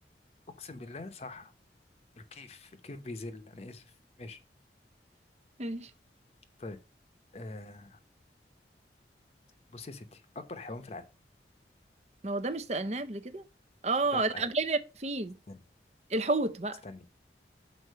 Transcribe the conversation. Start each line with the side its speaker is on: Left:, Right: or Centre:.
Left: اقسم بالله صح الكيف الكيف بيذل انا اسف ماشي
Right: <laughs> ماشي
Left: طيب آه بص يا ستي اكبر حيوان في العالم
Right: ما هو ده مش سألناه قبل كده اه
Left: لا
Right: لا غير الفيل
Left: استني
Right: الحوت بقى
Left: استني